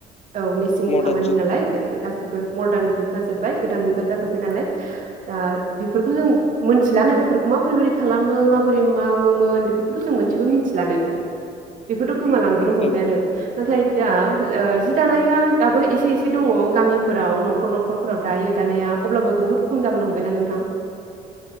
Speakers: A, on the right; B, on the left.
A: औ मेसिंनि
B: मदार्न
A: खामानि
B: जुग
A: नालाय गासिबो मर्दान जुग जाजोबबाय गोदान मुगा जाजोबबाय नालाय दा बेफोरखौ जों मिथिलानो बेफोरखौ माबोरै खालामो माबोरै मावोमोन बेफोरखौथ' जों मोनसेबो मिथिलानो बेफोरथ' गोमालांबोनो हमबायानो
B: औ
A: नाथाय दा ओ जि दानाया दाबो एसे एसे दङ गामिफोराव न'खर न'खरफोराव दायो दानाया अब्लाबो बुहुत खम जाबोनो हमबायना नोंथां